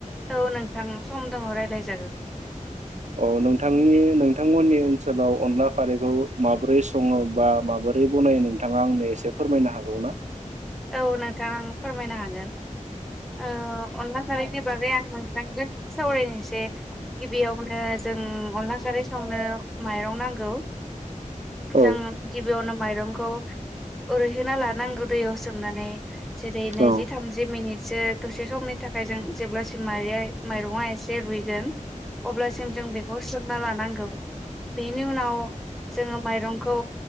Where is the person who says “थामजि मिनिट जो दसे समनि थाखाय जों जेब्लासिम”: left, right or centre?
Centre